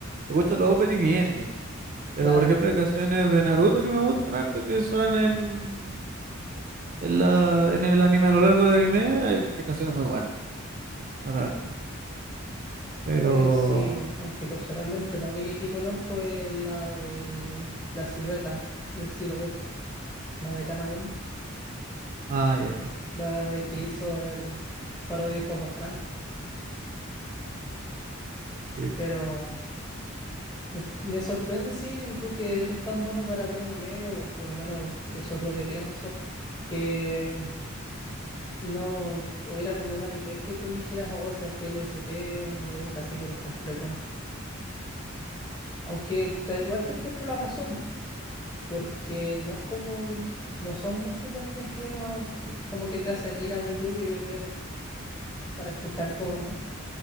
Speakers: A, on the right; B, on the left.
A: escucho los opening y ending. Pero
B: Claro,
A: por ejemplo hay canciones de Naruto que me gustan harto, que suenan en, en la, en el anime, a lo largo del anime, hay, hay canciones muy buenas, claramente. Pero,
B: eh, sí, aunque
A: no
B: personalmente
A: sé.
B: la única que conozco es la de la silueta, el silhouette, la de Kanabun.
A: Ah, ya, ya,
B: la de que
A: ya. sí.
B: hizo el parodia del Papa Franco.
A: Sí.
B: Pero eh, me sorprende, sí, tú que eres tan bueno para ver anime, o por lo menos eso es lo que pienso, que no hubiera como un anime que tú dijeras, oh, sabes que el OST me gusta así, pero completo. Aunque te- igual te encuentro la razón, porque no es como, no son muchos los animes que uno eh, como que te hacen ir a YouTube y ver para escuchar todo, ¿no?